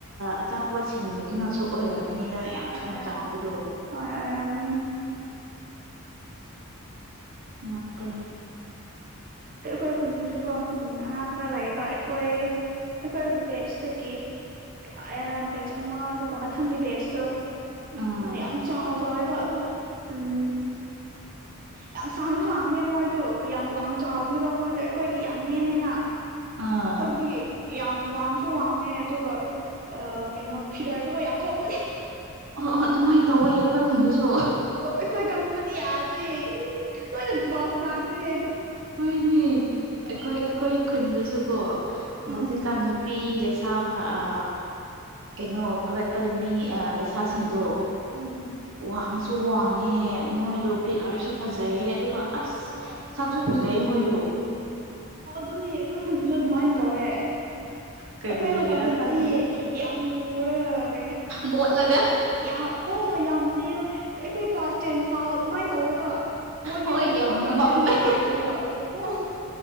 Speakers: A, on the right; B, on the right.
A: ꯑꯆꯥꯄꯣꯠꯁꯤꯡꯗꯨꯅꯁꯨ ꯑꯣꯏꯔꯝꯒꯅꯤꯗ ꯌꯥꯝ
B: ꯍꯣꯏ
A: ꯊꯨꯅ
B: ꯑꯣꯏꯔꯝ
A: ꯆꯥꯎꯕꯗꯣ
B: ꯍꯣꯏ ꯑꯣꯏꯔꯝꯅꯤ
A: ꯉꯛꯄꯅꯤ
B: ꯑ ꯑꯩꯈꯣꯏ ꯈꯨꯟꯗꯨꯁꯨꯀꯣ ꯎꯝ ꯑꯉꯥꯡ ꯈꯔ ꯂꯩꯕ ꯑꯩꯈꯣꯏ ꯑꯩꯈꯣꯏ ꯕꯦꯠꯁꯇꯒꯤ ꯕꯦꯠꯆ ꯕꯦꯠꯁ ꯑꯃ ꯑꯗꯨꯒ ꯃꯊꯪꯒꯤ ꯕꯦꯠꯁꯇꯣ
A: ꯎꯝ
B: <unintelligible> ꯌꯥꯝ ꯆꯥꯎ ꯆꯥꯎꯋꯦꯕ ꯑꯗꯨ ꯎꯝ ꯌꯥꯝ ꯁꯥꯡꯁꯨ ꯁꯥꯥꯡꯑꯝꯅꯦ ꯃꯣꯏꯗꯣ ꯌꯥꯝ ꯋꯥꯡꯖꯥꯎꯅꯦꯕ ꯃꯣꯏꯗꯣ ꯑꯩꯈꯣꯏꯗꯤ ꯌꯥꯝ ꯅꯦꯝꯃꯦꯅ
A: ꯑꯥ
B: <unintelligible> ꯃꯣꯏꯗꯤ ꯌꯥꯝ ꯋꯥꯡꯁꯨ ꯋꯥꯡꯉꯦ ꯑꯗꯨꯒ ꯀꯩꯅꯣ ꯐꯤꯒꯔꯁꯨꯕꯨ ꯌꯥꯝ ꯊꯣꯛꯄꯅꯤ
A: ꯑꯣ ꯑꯣ ꯑꯗꯨꯃꯥꯏꯅ ꯇꯧꯋꯦ ꯑꯈꯣꯏ ꯈꯨꯟꯗꯨꯁꯨ
B: ꯑꯣ ꯑꯣ ꯑꯩꯈꯣꯏ ꯀꯥꯡꯒꯨꯗꯤ ꯌꯥꯗ꯭ꯔꯦ ꯂꯣꯏꯅ ꯗꯨꯋꯥ ꯉꯥꯡꯈ꯭ꯔꯦ
A: ꯍꯣꯏꯅꯦ ꯑꯩꯈꯣꯏ ꯑꯩꯈꯣꯏ ꯈꯨꯟꯗꯁꯨꯀꯣ ꯍꯧꯖꯤꯛꯀꯥꯟ
B: ꯎꯝ
A: ꯄꯤ ꯂꯩꯁꯥ ꯐ ꯑ ꯀꯩꯅꯣ ꯐꯒꯠꯄ ꯃꯤ ꯑ ꯂꯩꯁꯥꯁꯤꯡꯗꯣ
B: ꯎꯝ
A: ꯋꯥꯡꯁꯨ ꯋꯥꯡꯉꯦ ꯃꯣꯏꯗꯣ ꯐꯤꯒꯔꯁꯨ ꯐꯖꯩꯌꯦ ꯑꯗꯨꯒ ꯑꯁ
B: ꯍꯣꯏ
A: ꯁꯛꯁꯨ ꯐꯖꯩꯌꯦ ꯃꯣꯏꯗꯨ
B: ꯑꯣ ꯑꯗꯨꯅꯤ ꯑꯩꯈꯣꯏ ꯈꯣꯏꯗꯁꯨ ꯑꯗꯨꯃꯥꯏꯅ ꯇꯧꯋꯦ
A: ꯀꯔꯤꯒꯤꯔꯥ
B: ꯑꯩꯈꯣꯏ ꯃꯇꯝꯗꯗꯤ
A: ꯈꯪꯗꯦ
B: ꯌꯥꯝ ꯃꯨꯔꯒ
A: ꯃꯣꯠꯂꯒ
B: ꯌꯥ ꯍꯣꯏ ꯌꯥꯝꯅꯦꯝꯃ ꯑꯩꯈꯣꯏ ꯀ꯭ꯂꯥꯁ ꯇꯦꯟ ꯐꯥꯎ ꯑꯗꯨꯃꯥꯏ ꯇꯧꯋꯦꯕ ꯃꯣꯏꯗꯤ
A: ꯍꯣꯏ
B: ꯍꯧꯖꯤꯛ
A: ꯌꯥꯝ
B: ꯐꯥꯎ ꯀ꯭ꯂꯥꯁ
A: ꯃꯝꯃꯦ
B: ꯇꯦꯟ ꯐꯥꯎ ꯂꯣꯏꯗ꯭ꯔꯤꯕꯣ ꯑꯣ